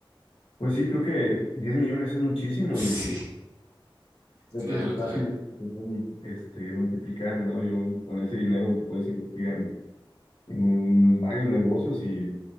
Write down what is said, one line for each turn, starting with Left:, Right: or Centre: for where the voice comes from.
Left: pues sí, creo que 10 millones es muchísimo
Right: Sí,
Left: y creo
Right: claro,
Left: que es
Right: claro.
Left: fácil este, multiplicar, ¿no? Yo con ese dinero puedes invertir en, en varios negocios y